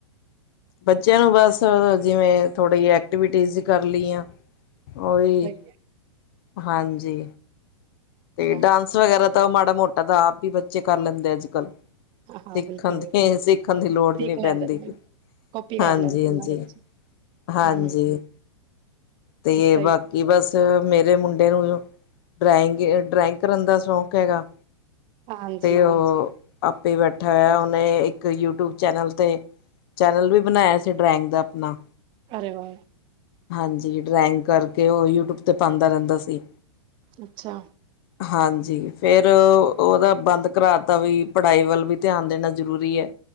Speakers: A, on the left; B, on the right.
A: ਬੱਚਿਆਂ ਨੂੰ ਬਸ ਜਿਵੇਂ ਥੋੜੇ ਜੇ ਐਕਟੀਵਿਟੀਜ ਕਰ ਲਈਆ ਉਹੀ
B: ਸਹੀ ਹੈ
A: ਹਾਂਜੀ
B: ਅੱਛਾ
A: ਤੇ ਡਾਂਸ ਵਗੈਰਾ ਤਾਂ ਉਹ ਮਾੜਾ ਮੋਟਾ ਤਾਂ ਆਪ ਹੀ ਬੱਚੇ ਕਰ ਲੈਂਦੇ ਅੱਜ ਕੱਲ।
B: ਹਾਂ
A: ਸਿੱਖਣ
B: ਬਿਲਕੁਲ ਬਿਲਕੁਲ
A: ਦੀ ਸਿੱਖਣ ਦੀ ਲੋੜ ਹੀ
B: ਸਿੱਖ
A: ਨੀ
B: ਲੈਂਦੇ
A: ਪੈਂਦੀ।
B: ਨੇ ਕਾਪੀ ਕਰ
A: ਹਾਂਜੀ-ਹਾਂਜੀ,
B: ਲੈਂਦੇ ਉਹਨਾਂ ਵਿੱਚ
A: ਹਾਂਜੀ।
B: ਹਮ
A: ਤੇ
B: ਸਹੀ
A: ਬਾਕੀ ਬਸ ਮੇਰੇ ਮੁੰਡੇ ਨੂੰ ਡਰਾਇੰਗ, ਡਰਾਇੰਗ ਕਰਨ ਦਾ ਸ਼ੌਕ ਹੈਗਾ।
B: ਹਾਂਜੀ
A: ਤੇ ਉਹ ਆਪੇ ਬੈਠਾ ਹੋਇਆ ਉਹਨੇ ਇੱਕ ਯੂਟਿਊਬ ਚੈਨਲ ਤੇ ਚੈਨਲ ਵੀ ਬਣਾਇਆ ਸੀ ਡਰਾਇੰਗ ਦਾ ਆਪਨਾ।
B: ਅਰੇ ਵਾ।
A: ਹਾਂਜੀ ਡਰਾਇੰਗ ਕਰਕੇ ਉਹ ਯੂਟਿਊਬ ਤੇ ਪਾਦਾ ਰਹਿੰਦਾ ਸੀ।
B: ਅੱਛਾ।
A: ਹਾਂਜੀ, ਫੇਰ ਉਹਦਾ ਬੰਦ ਕਰਾਤਾ ਵੀ ਪੜ੍ਹਾਈ ਵੱਲ ਵੀ ਧਿਆਨ ਦੇਣਾ ਜ਼ਰੂਰੀ ਐ।